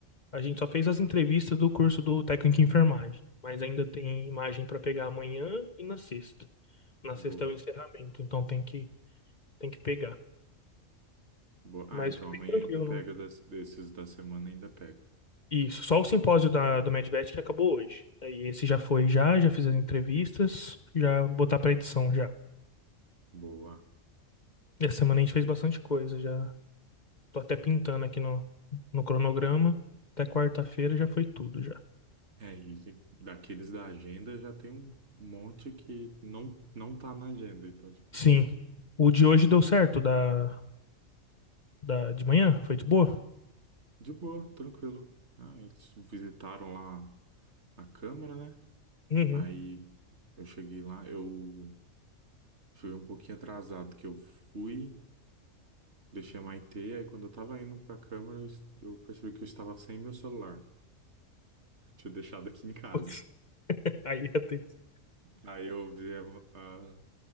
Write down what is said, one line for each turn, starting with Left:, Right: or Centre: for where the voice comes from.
Left: A gente só fez as entrevistas do curso do técnico em enfermagem, mas ainda tem imagem para pegar amanhã e na sexta. Na
Right: Boa.
Left: sexta é o encerramento, então tem que, tem que pegar.
Right: Boa. Ah,
Left: Mas
Right: então
Left: foi
Right: amanhã
Left: bem tranquilo,
Right: ainda pega das- desses da semana, ainda pega.
Left: Isso, só o simpósio da, do Medvet que acabou hoje. Aí esse já foi já, já fiz as entrevistas, já botar pra edição já.
Right: Boa.
Left: Essa semana a gente fez bastante coisa, já tô até pintando aqui no, no cronograma. Até quarta-feira já foi tudo já.
Right: É, e daqueles da agenda já tem um monte que não, não tá na agenda, então, tipo,
Left: Sim. O de hoje deu certo da, da de manhã? Foi de boa?
Right: de boa, tranquilo. Ah, eles visitaram lá a Câmara, né?
Left: Uhum.
Right: Aí eu cheguei lá, eu cheguei um pouquinho atrasado, que eu fui. Deixei a Maitê, aí quando eu tava indo pra câmara, eu, es- eu percebi que eu estava sem meu celular. Tinha deixado aqui em casa.
Left: Putz. <laughs> Aí a Thaís.
Right: Aí eu vi a,